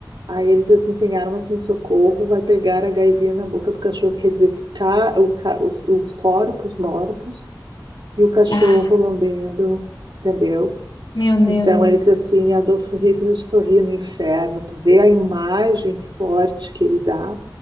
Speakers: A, on the right (about 70°); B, on the left (about 85°).
A: Aí ele diz assim, sem arma, sem socorro, vai pegar a gaivinha na boca do cachorro. Quer dizer que o ca- o ca- os, os corpos mortos e o cachorro
B: Ah,
A: lambendo, entendeu?
B: meu Deus.
A: Então ele diz assim, Adolf Hitler sorria no inferno. Tu vê a imagem forte que ele dá